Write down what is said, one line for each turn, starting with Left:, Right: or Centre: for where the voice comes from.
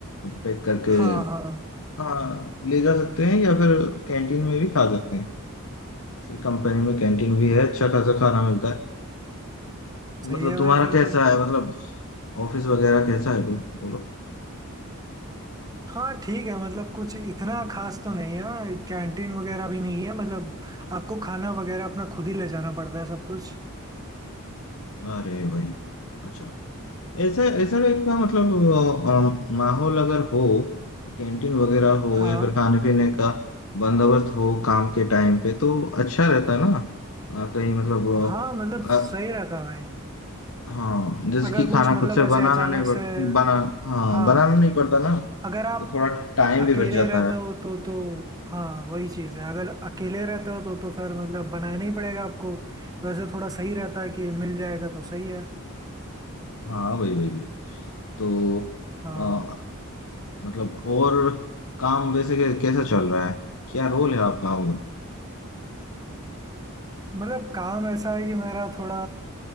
Left: पैक करके
Right: हाँ हाँ
Left: हाँ ले जा सकते हैं या फिर कैंटीन में भी खा सकते हैं ऐसी कंपनी में कैंटीन भी है अच्छा खासा खाना मिलता है मतलब
Right: सही है
Left: तुम्हारा
Right: भाई फिर
Left: कैसा
Right: तो
Left: है मतलब ऑफिस वगैरह कैसा है बोल- बोलो
Right: हाँ ठीक है मतलब कुछ इतना खास तो नहीं है कैंटीन वगैरह भी नहीं है मतलब आपको खाना वगैरह अपना खुद ही ले जाना पड़ता है सब कुछ
Left: अरे भाई अच्छा ऐसा ऐसा टाइप का मतलब अ, अ, माहौल अगर हो कैंटीन वगैरह हो
Right: हाँ
Left: या फिर खाने पीने का बंदोबस्त हो काम के टाइम पे तो अच्छा रहता ना अ, कहीं मतलब
Right: हाँ मतलब
Left: अ, अ,
Right: सही रहता है भाई
Left: हाँ जैसे
Right: अगर
Left: कि
Right: कुछ
Left: खाना
Right: मतलब
Left: खुद से
Right: ऐसे
Left: बनाना
Right: अचानक
Left: नहीं पड़
Right: से
Left: बना हाँ
Right: हाँ
Left: बनाना नहीं पड़ता ना
Right: अगर आप
Left: तो थोड़ा टाइम
Right: अकेले
Left: भी बच जाता
Right: रहते
Left: है
Right: हो तो तो हाँ वही चीज़ है अगर अकेले रहते हो तो तो फिर मतलब बनाना ही पड़ेगा आपको तो ऐसे थोड़ा सही रहता है कि मिल जाएगा तो सही है
Left: हाँ भाई भाई भाई तो
Right: हाँ
Left: अ, मतलब और काम वैसे कै- कैसा चल रहा है क्या रोल है आपका और
Right: मतलब काम ऐसा है कि मेरा थोड़ा